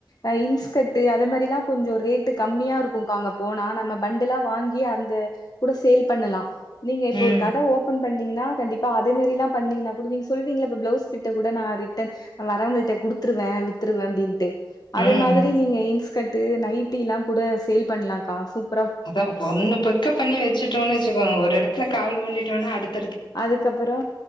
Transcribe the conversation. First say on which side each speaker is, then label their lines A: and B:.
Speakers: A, on the left; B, on the left.
A: அ இன்ஸ்கட்டு் அத மேரிலா கொஞ்சோ ரேட்டு கம்மியா இருக்குங்க்கா அங்கப் போனா நம்ம பண்டுலா வாங்கி அந்த கூட சேல் பண்ணலா நீங்க இப்போ
B: ம்
A: ஒரு கட ஓபன் பண்ணீங்னா கண்டிப்பா அதே மேரிலாம் பண்ணீங்னா கூட நீ சொல்விங்கல இப்ப ப்ளவுஸ் பிட்ட கூட நா ரிட்டர்ன் வறவுங்கிள்ட்ட குடுத்துருவே வித்துருவே அப்டின்ட்டு அதே
B: ம்
A: மாதிரி நீங்க இன்ஸ்கட்டு நைட்டில்லா கூட சேல் பண்ணலாக்கா சூப்
B: அதா ஒன்னு பிக்கப் பண்ணி வச்சுட்டோன்னு வச்சுகோங்க ஒரு எடத்ல கால் ஊனிட்டோனா அடுத்
A: அதுக்கப்பறோ